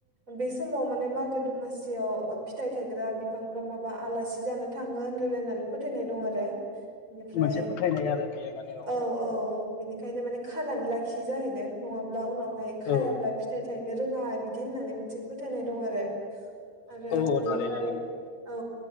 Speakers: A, on the right (about 20°); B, on the left (about 75°).
A: बे समाव माने मागो दमासियाव फिथाइ थायग्रा बिफांफ्रा माबा आलासि जानो थाङो होनलायलायनानै फोथायनाय दं आरो बेनिफ्राय
B: मोनसे फोथायनाय आरो बेयो माने
A: औ औ। ओंखायनो माने खानानै लाखियो जाहैदों नङाब्लालाय उनावहाय खायाब्ला
B: औ
A: फिथाइ थायनो रोङा बिदि होननानै मोनसे फोथायनाय दं आरो आरो
B: औ औ
A: बिनिफ्राय
B: थारैनो नंगौ
A: औ